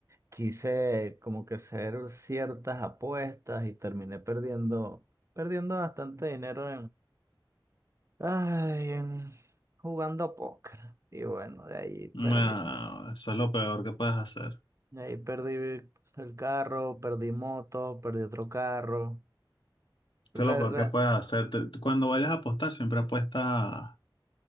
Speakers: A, on the right; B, on the left.
A: Quise como que hacer ciertas apuestas y terminé perdiendo, perdiendo bastante dinero Ay, em, jugando póker. Y bueno, de ahí perdí.
B: No, eso es lo peor que puedes hacer.
A: De ahí perdí el carro, perdí moto, perdí otro carro.
B: Eso
A: Re,
B: es lo peor
A: re-
B: que puedes hacer. Te- tú Cuando vayas a apostar, siempre apuesta